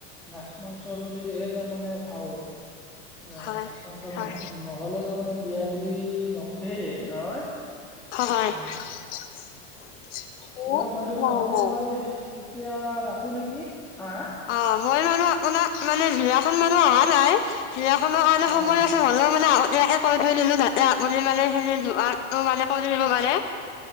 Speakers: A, in the centre; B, on the left.
A: মাছ মাংস সেই এটা মানে ভাল নাই
B: হয়,
A: মাছ মাংস
B: হয়,
A: নহ নহ'লে তাৰমানে বিয়া বুলি <unintelligible> সেই নহয়,
B: হয়।
A: উম
B: <unintelligible>
A: দিয়ক বাইদেউ
B: নাই
A: নহ'লে
B: নাই
A: মই এতিয়া ৰাখো নেকি। হা হা
B: অহ মই মানো আপোনাক মানে বিয়া এখন মানে আহা নাই বিয়াখনৰ কাৰণে
A: অ'
B: সময়
A: অ'
B: আছে হ'লেও মানে আগতিয়াকে কৈ থৈ দিলো যাতে আপুনি মানে সেই যোগাৰটো মানে কৰি দিব পাৰে